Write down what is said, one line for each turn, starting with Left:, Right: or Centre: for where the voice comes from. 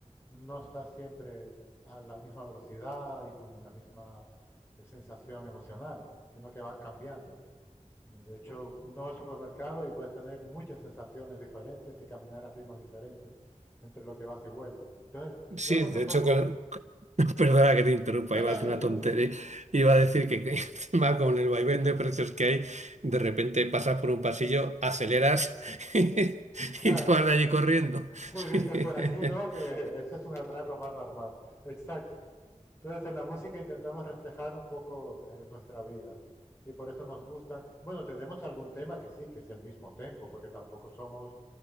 Left: no estás siempre a la misma velocidad y con la misma eh, sensación emocional, sino que va cambiando. De hecho, uno va al supermercado y puedes tener muchas sensaciones diferentes y caminar a ritmos diferentes entre lo que vas y vuelves. Entonces,
Right: Sí,
Left: lo vemos
Right: de
Left: un
Right: hecho,
Left: poco.
Right: con... <laughs> perdona que te interrumpa,
Left: No,
Right: iba
Left: no,
Right: a decir
Left: no,
Right: una
Left: dime,
Right: tontería.
Left: dime. <laughs>
Right: Iba a decir que que <laughs> encima con el vaivén de precios que hay, de repente pasas por un pasillo, aceleras <laughs> y
Left: Claro,
Right: te vas de allí corriendo.
Left: si dices
Right: <laughs>
Left: por aquí, no, que eso es un atraco más normal. Exacto. Entonces, en la música intentamos reflejar un poco eh, nuestra vida y por eso nos gustan. Bueno, tenemos algún tema que sí, que es el mismo tempo, porque tampoco somos